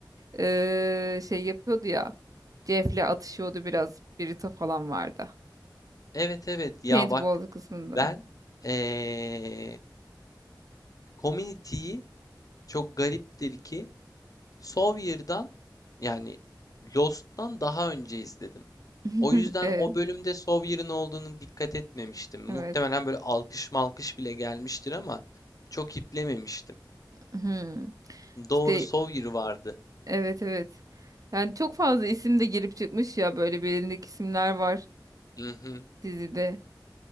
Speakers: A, on the right (about 50°); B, on the left (about 50°).
A: eee, şey yapıyordu ya. Jeff'le atışıyordu biraz. Birita falan vardı.
B: Evet evet ya
A: Paintball
B: bak
A: kısmında.
B: ben ee, Community'yi çok gariptir ki Sawyer'dan yani Lost'tan daha önce izledim.
A: <laughs>
B: O yüzden
A: Evet.
B: o bölümde Sawyer'ın olduğunu dikkat etmemiştim. Muhtemelen
A: Evet.
B: böyle alkış malkış bile gelmiştir ama çok iplememiştim.
A: Hmm.
B: Doğru
A: İşte
B: Sawyer vardı.
A: evet evet. Yani çok fazla isim de girip çıkmış ya böyle bilindik isimler var
B: Hı hı.
A: dizide.